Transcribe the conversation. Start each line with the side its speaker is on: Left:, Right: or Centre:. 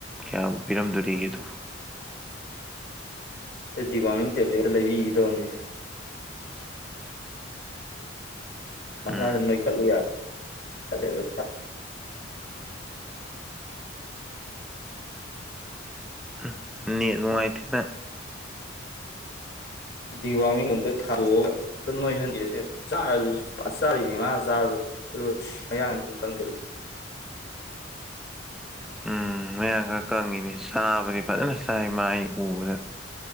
Centre: ꯀꯌꯥꯕꯨ ꯄꯤꯔꯝꯗꯣꯔꯤꯒꯦ ꯑꯗꯨꯕꯨ
Left: ꯑꯩ ꯗꯤꯋꯥꯃꯤꯡ ꯇꯦꯕ꯭ꯂꯦꯠꯇ ꯂꯩꯕꯤꯒꯦ ꯇꯧꯕꯅꯤ ꯃꯈꯥꯖꯦ
Centre: ꯎꯝ
Left: ꯅꯣꯏꯈꯠꯂꯨ ꯌꯥꯗ꯭ꯔꯦꯕ
Centre: ꯎꯝ ꯅꯦꯠ ꯅꯨꯡꯉꯥꯏꯇꯦ ꯅꯪ
Left: ꯗꯤꯋꯥꯃꯤꯡ ꯑꯝꯇ ꯊꯥꯗꯣꯛꯑꯒ ꯑꯝꯇ ꯅꯣꯏꯍꯟꯒꯦ ꯁꯦ ꯆꯥꯔꯁꯨ ꯐꯖ ꯆꯥꯔꯤꯅꯤ ꯃꯥꯅ ꯆꯥꯕꯗ ꯑꯗꯨ ꯃꯌꯥꯡꯖꯤ ꯁꯨꯝ ꯀꯪꯖꯤꯜꯂꯤ
Centre: ꯎꯝ ꯃꯌꯥꯡ ꯈꯔ ꯀꯪꯉꯤꯅꯦ ꯆꯥꯕꯗꯤ ꯐꯖꯅ ꯆꯥꯏ ꯃꯥ ꯑꯩꯅ ꯎꯕꯗ